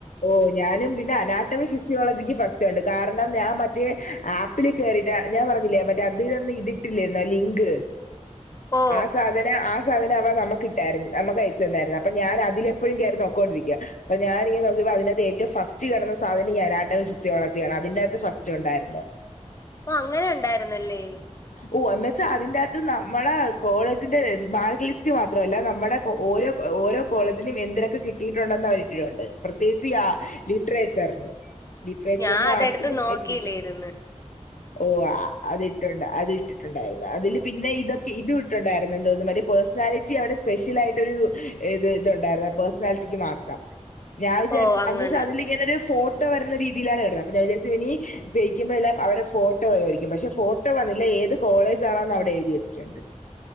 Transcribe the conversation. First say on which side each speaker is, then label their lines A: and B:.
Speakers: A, on the left; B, on the left.
A: ഓ ഞാനും പിന്നെ അനാറ്റമി ഫിസിയോളജിക്ക് ഫസ്റ്റ് ഉണ്ട് കാരണം ഞാൻ മറ്റേ ആപ് പ്പിൽ കേറില്ല ഞാൻ പറഞ്ഞില്ലേ മറ്റേ അതിനൊന്നു ഇതിട്ടില്ലായിരുന്നോ ലിങ്ക്
B: ഓ
A: ആ സാ ആ സാധനം അവ നമുകിട്ടായിരുന്നു നമുക്ക് അയിച്ചന്നായിരുന്നു അപ്പൊ ഞാനതിലപ്പെഴും കയറി നോക്കോണ്ടിരിക്യ അപ്പൊ ഞാനിങ്ങനെ നൊ പ്പ അതിനാത്ത് ഏറ്റവും ഫസ്റ്റ് കെടന്ന സാധനം ഈ അനാറ്റമി ഫിസിയോജിയാണ് അതിന്റാത്ത് ഫസ്റ്റ് ഉണ്ടായിരുന്നത്
B: പ്പ അങ്ങനെ ഉണ്ടായിരുന്നല്ലേ
A: ഓ എന്ന് വെച്ചാ അതിന്റാത്ത് നമ്മളെ കോളേജിന്റെ മാർക്ക് ലിസ്റ്റ് മാത്രല്ല നമ്മടെ ഓരോ ഓരോ കോളേജിനും എന്തിനൊക്കെ കിട്ടിട്ടുണ്ടെന്ന് അവരിട്ടിട്ടുണ്ട് പ്രത്യേയിച്ച് ആ ലിറ്റ്റേച്ചർന് ലിറ്റ്ട്രേച്ചർന്
B: ഞാൻ അതെടുത്ത്
A: ആഡ്സില്
B: നോക്കിയില്ലേരുന്ന്
A: എത്തിട്ട് ഓ അതിട്ടൊണ്ട അതിട്ട് ണ്ടായിരുന്നു അതില് പിന്നെ ഇതൊക്കെ ഇത് ഇട്ട്ണ്ടായിരുന്നു എന്തോന്ന് മ പേഴ്സണാലിറ്റി അവിടെ സ്പെഷലായിട്ടൊരു ഏത് ഇതുണ്ടായിരുന്നു പേഴ്സണാലിറ്റിക്ക് മാത്രം ഞാൻ വിചാരിച്ച്
B: ഓ അങ്ങനെ
A: അന്ന് അതില് ഇങ്ങനെ ഒരു ഫോട്ടോ വരുന്ന രീതിയിലാണ് കെടന്ന അപ്പൊ ഞാ വിചാരിച്ച് ഇനി ജയിക്കുമ്പോല്ലാ അവരെ ഫോട്ടോവരുയിരിക്കും പക്ഷെ ഫോട്ടോ വന്നില്ല ഏത് കോളേജാണെന്ന് അവിടെ എഴുതി വെച്ചിട്ടുണ്ട്